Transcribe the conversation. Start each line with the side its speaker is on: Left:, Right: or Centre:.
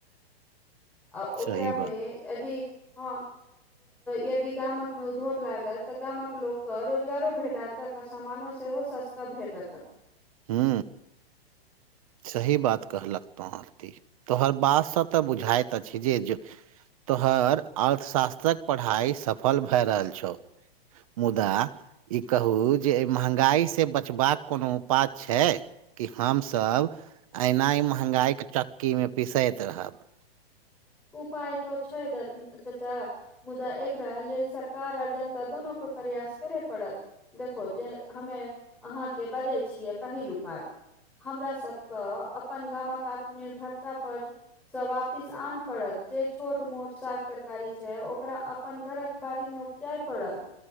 Centre: आ ओकरा
Right: सही
Centre: मे
Right: बात
Centre: यदि ह यदि गाम कऽ मे उद्योग लागत तऽ गाम कऽ लोक के रोजगारो भेटत। तकर सामानो सेहो सस्ता भेटतकऽ
Right: हू सही बात कहलकऽ तो आरती तोहर बातसँ तऽ बुझाइत अछि जे तोहर अर्थशास्त्रकऽ पढ़ाइ सफल भए रहल छौ। मुदा ई कहू जे एहि महँगाइसँ बचबाकऽ कोनो उपाय छै कि हमसभ ऐना ई महँंगाइ के चक्कीमे पिसैत रहब।
Centre: उपाय तऽ छै चच्चा मुदा एकरा लेलऽ सरकार आर जनता दुोनु के प्रयास करय पड़त। देखो जे हमे अहाँके बजै छियै पहिल उपाय। हमर सभके अपन गामक आत्मनिर्भरता परसँ वापिस आन जे छोट मोट साग तरकारी छै ओकरा अपन घरक बारी मे उपजाय पड़त।